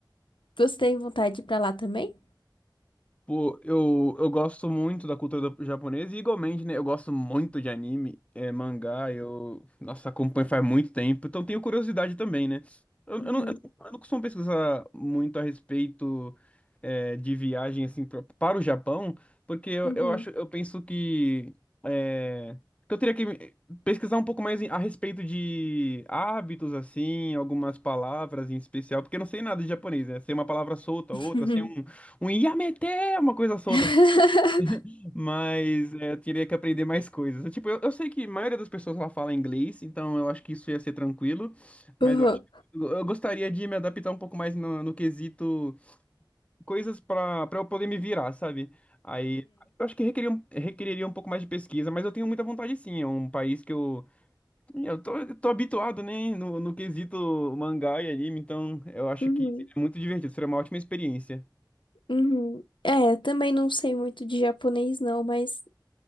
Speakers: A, on the left (about 80°); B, on the left (about 15°).
A: Você tem vontade de ir pra lá também?
B: Pô, eu, eu gosto muito da cultura do- japonesa e igualmente, né? Eu gosto muito de anime, é, mangá, eu, nossa, acompanho faz muito tempo, então tenho curiosidade também, né? Eu,
A: Uhum,
B: eu não, eu não eu não costumo pesquisar muito a respeito, é, de viagem, assim, pra- para o Japão, porque eu,
A: uhum,
B: eu acho, eu penso que, é, que eu teria que me- pesquisar um pouco mais em- a respeito de hábitos, assim, algumas palavras em especial, porque eu não sei nada de japonês, né? Sei uma palavra solta, outra,
A: uhum.
B: sei um um Yamete, uma coisa solta,
A: <laughs>
B: assim. Mas é, eu teria que aprender mais coisas. Tipo, eu, eu sei que a maioria das pessoas lá fala inglês, então eu acho que isso ia ser tranquilo, mas
A: Uhum,
B: eu acho que eu eu gostaria de me adaptar um pouco mais no, no quesito coisas pra para eu poder me virar, sabe? Aí eu acho que requeria, um- requeriria um pouco mais de pesquisa, mas eu tenho muita vontade sim. É um país que eu, eu tô, eu tô habituado, né, no, no quesito mangá e anime, então eu acho
A: uhum,
B: que
A: uhum,
B: seria muito divertido, seria uma ótima experiência.
A: uhum. É, também não sei muito de japonês, não, mas.